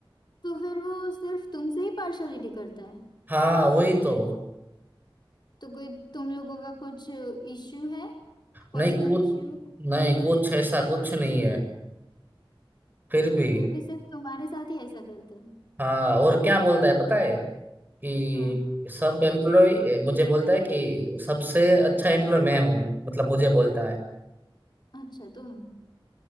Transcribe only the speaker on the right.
हाँ वही तो
नहीं कुछ
नहीं कुछ ऐसा कुछ नहीं है फिर भी
हाँ और क्या बोलता है पता है कि
सब एम्प्लॉय मुझे बोलता है कि सबसे अच्छा एम्प्लॉय मैं हूँ मतलब मुझे बोलता है